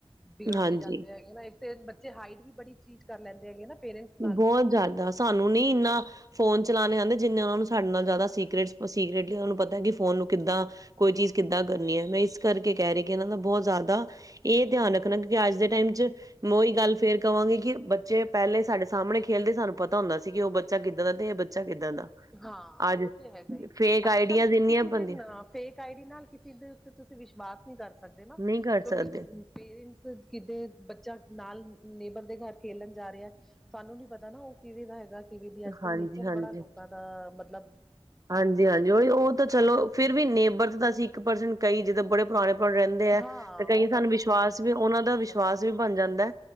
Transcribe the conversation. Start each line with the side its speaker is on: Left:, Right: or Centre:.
Centre: ਬਿਗੜ
Right: ਹਾਂਜੀ
Centre: ਵੀ ਜਾਤੇ ਹੈਗੇ ਨਾ ਇੱਕ ਤੇ ਬੱਚੇ ਹਾਈਟ ਵੀ ਬੜੀ ਚੀਜ਼ ਕਰ ਲੈਂਦੇ ਹੈਗੇ ਨਾ। ਪੇਰੈਂਟਸ ਨਾਲ
Right: ਬਹੁਤ ਜਿਆਦਾ ਸਾਨੂੰ ਨੀ ਇੰਨਾ ਫੋਨ ਚਲਾਨੇ ਆਨੇ ਜਿੰਨੇ ਉਹਨਾਂ ਨੂੰ ਸਾਡੇ ਨਾਲ ਜ਼ਿਆਦਾ ਸੀਕਰੇਟ ਸੀਕਰੇਟਲੀ ਉਹ ਨੂੰ ਪਤਾ ਕਿ ਫੋਨ ਨੂੰ ਕਿੱਦਾਂ ਕੋਈ ਚੀਜ਼ ਕਿੱਦਾਂ ਕਰਨੀ ਹੈ ਮੈਂ ਇਸ ਕਰਕੇ ਕਹਿ ਰਹੀ ਕਿ ਇਹਨਾਂ ਦਾ ਬਹੁਤ ਜ਼ਿਆਦਾ ਇਹ ਧਿਆਨ ਰੱਖਣਾ ਕਿਉਂਕਿ ਅੱਜ ਦੇ ਟਾਈਮ ਚ ਮੈਂ ਉਹੀ ਗੱਲ ਫੇਰ ਕਹਾਂਗੀ ਕਿ ਬੱਚੇ ਪਹਿਲੇ ਸਾਡੇ ਸਾਹਮਣੇ ਖੇਲਦੇ ਸਾਨੂੰ ਪਤਾ ਹੁੰਦਾ ਸੀ ਕਿ ਉਹ ਬੱਚਾ ਕਿੱਦਾਂ ਦਾ ਤੇ ਇਹ ਬੱਚਾ ਕਿੱਦਾਂ ਦਾ
Centre: ਹਾਂ
Right: ਅੱਜ
Centre: ਓ ਤੇ ਹੈਗਾ ਹੀ,
Right: ਫੇਕ
Centre: ਅੱਜ
Right: ਆਈਡੀਆਜ਼
Centre: ਕੱਲ
Right: ਇੰਨੀਆਂ
Centre: ਕਿਸੇ ਦੇ
Right: ਬਣਦੀਆਂ
Centre: ਫੇਕ ਆਈ ਡੀ ਨਾਲ ਕਿਸੇ ਦੇ ਉੱਤੇ ਤੁਸੀਂ ਵਿਸ਼ਵਾਸ ਨਹੀਂ ਕਰ ਸਕ ਸਕਦੇ ਨਾ
Right: ਨਹੀਂ ਕਰ
Centre: ਕਿਉਂਕਿ
Right: ਸਕਦੇ
Centre: ਪੇਰੈਂਟਸ ਕਿਤੇ ਬੱਚਾ ਨਾਲ ਨੇਬਰ ਦੇ ਘਰ ਖੇਲਣ ਜਾ ਰਿਹਾ ਸਾਨੂੰ ਨੀ ਪਤਾ ਨਾ ਉਹ ਕਿਵੇਂ ਦਾ ਹੈਗਾ ਦੀ ਆਜ-ਕਲ
Right: ਹਾਂਜੀ-ਹਾਂਜੀ
Centre: ਰ ਬੜਾ ਲੋਕਾਂ ਦਾ ਮਤਲਬ
Right: ਹਾਂਜੀ-ਹਾਂਜੀ ਓਹੀ, ਓਹ ਤਾਂ ਚਲੋ ਫਿਰ ਵੀ ਨੇਬਰ ਤੇ ਤਾਂ ਅਸੀਂ ਇੱਕ ਪਰਸਨ ਕਹੀ ਜਿੱਦਾਂ ਬੜੇ ਪੁਰਾਣੇ ਰਹਿੰਦੇ ਹੈ
Centre: ਹਾਂ
Right: ਤੇ ਕਈ
Centre: ਉਹਨਾਂ
Right: ਸਾਨੂੰ
Centre: ਦੇ
Right: ਵਿਸ਼ਵਾਸ
Centre: ਉੱਤੇ ਤੇ
Right: ਵੀ ਉਹਨਾਂ ਦਾ ਵਿਸ਼ਵਾਸ
Centre: ਹਮ
Right: ਵੀ ਬਣ ਜਾਂਦੈ